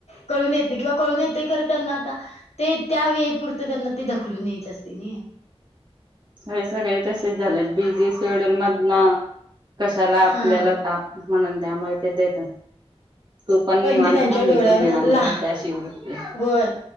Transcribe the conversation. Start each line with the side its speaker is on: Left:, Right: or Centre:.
Left: कळून येत नाही, किंवा कळून येतय खर त्यांना आता ते त्या वेळेपुरतं त्यांना ते ढकलून न्यायच असते नाही.
Right: होय, सगळे तसेच झालेत बिझी शेड्युल मधनं कशाला
Left: हा
Right: आपल्याला ताप म्हणून, त्यामुळे ते देतात. तू पण निवांत
Left: ते त्यांच्या
Right: राहा
Left: डोळ्यावर
Right: मी पण निवांत
Left: ला
Right: राहते, अशी वृत्ती आहे.
Left: होय